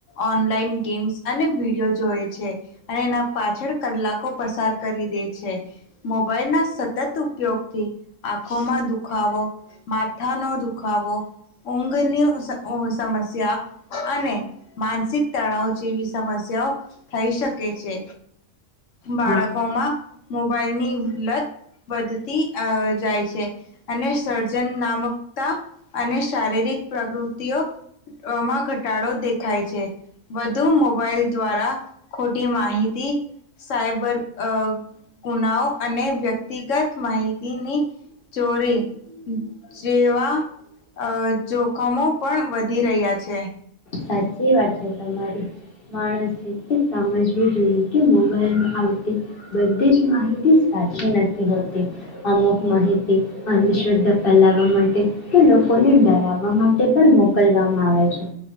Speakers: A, on the left (about 65°); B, on the left (about 45°).
A: ઓનલાઈન ગેમ્સ અને વિડીયો જોએ છે અને એના પાછળ કલાકો પસાર કરી દે છે, મોબાઈલ ના સતત ઉપયોગથી આંખોમાં દુખાવો, માથાનો દુખાવો, ઊંઘની ઊ સમસ્યા અને માનસિક તણાવ જેવી સમસ્યાઓ થઈ શકે છે. બાળકોમાં
B: હા
A: મોબાઈલની લત વધતી અ જાય છે અને સર્જનામકતા અને શારીરિક પ્રકૃતિ અ ઓમાં ઘટાડો દેખાય છે વધુ મોબાઈલ દ્વારા ખોટી માહિતી સાયબર અ ગુનાઓ અને વ્યક્તિગત માહિતીની ચોરી જેવા અ જોખમો પણ વધી રહ્યા છે.
B: સાચી વાત છે તમારી, માણસે એ સમજવું જોઈએ કે મોબાઈલમાં આવતી બધી જ માહિતી સાચી નથી પી હતી આમ. માહિતી અંધશ્રદ્ધા ફેલાવા માટે કે લોકોને ડરાવવા માટે પણ મોકલવામાં આવે છે.